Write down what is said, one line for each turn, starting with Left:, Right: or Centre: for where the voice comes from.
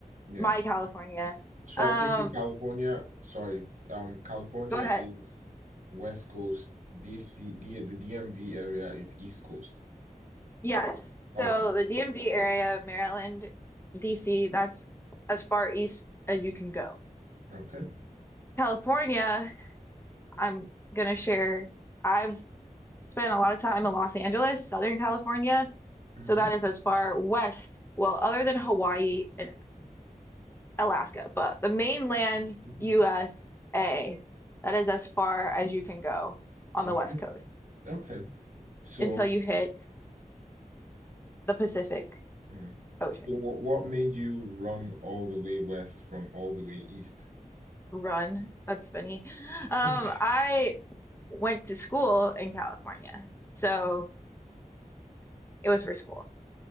Right: yeah.
Left: my California.
Right: So
Left: Um,
Right: I take it California, sorry, um, California
Left: go ahead.
Right: is West Coast, DC, D, the DMV area is East Coast.
Left: Yes. So
Right: Okay,
Left: the DMV area, Maryland, DC, that's as far east as you can go.
Right: okay,
Left: California I'm gonna share. I've spent a lot of time in Los Angeles, Southern California.
Right: hmm
Left: So that is as far west, well, other than Hawaii and Alaska, but the mainland
Right: <laughs>
Left: USA, that is as far as you can go on
Right: okay,
Left: the west coast
Right: okay. So,
Left: until you hit the Pacific
Right: hmm.
Left: Ocean.
Right: So what what made you run all the way west from all the way east?
Left: Run, that's funny. Um,
Right: <laughs>
Left: I went to school in California, so it was for school.